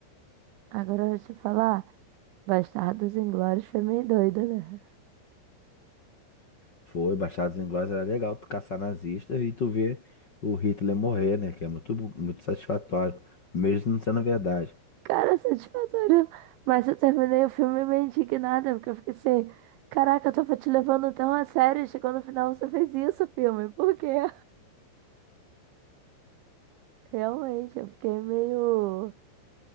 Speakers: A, on the right (about 85°); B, on the left (about 35°).
A: Agora eu vou te falar. Bastardos Inglórios foi meio doido, né?
B: Foi, Bastardos Inglórios, era legal tu caçar nazista e tu ver o Hitler morrer, né? Que é muito, muito satisfatório, mesmo não sendo verdade.
A: Cara, satisfatório. Mas eu terminei o filme meio indignada, porque eu fiquei assim, caraca, eu tava te levando tão a sério, chegou no final você fez isso, filme. Por quê? <laughs> Realmente, eu fiquei meio,